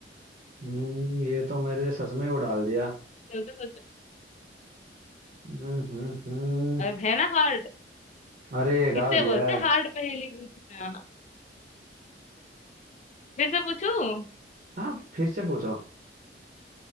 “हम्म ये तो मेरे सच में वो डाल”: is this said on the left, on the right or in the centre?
Right